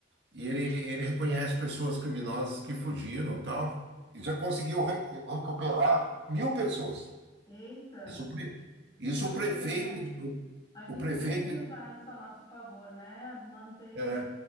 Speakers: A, on the right; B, on the left.
A: e ele, ele reconhece pessoas criminosas que fugiram, e tal, e já conseguiu re- recuperar mil pessoas.
B: Eita,
A: Isso, o pre- isso
B: pois
A: o prefeito,
B: é. A gente
A: o prefeito
B: tem que usar isso a nosso favor, né? Manter,
A: É.